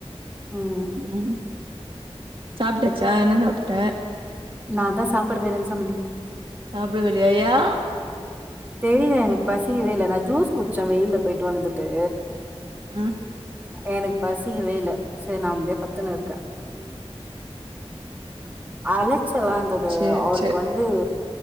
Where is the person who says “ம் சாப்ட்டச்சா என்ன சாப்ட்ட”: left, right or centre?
Right